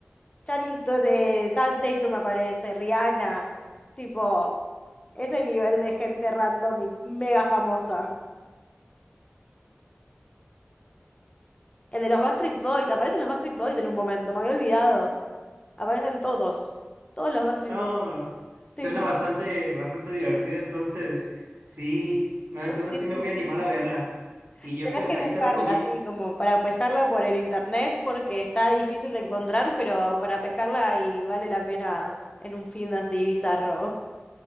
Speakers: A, on the left; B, on the right.
A: Channing Tatum Tatum aparece, Rihanna, tipo, ese nivel de gente random y mega famosa. El de los Backstreet Boys, aparecen los Backstreet Boys en un momento, me había olvidado. Aparecen todos, todos los Backstreet
B: no,
A: Boys. Tipo,
B: suena bastante, bastante divertido. Entonces, sí, no, entonces
A: <laughs>
B: sí me voy a animar a verla. Y yo
A: Tenés
B: pues
A: que
B: ahí
A: buscarla,
B: te recomiendo.
A: así como para pescarla por el internet, porque está difícil de encontrar, pero para pescarla y vale la pena en un fin de así bizarro.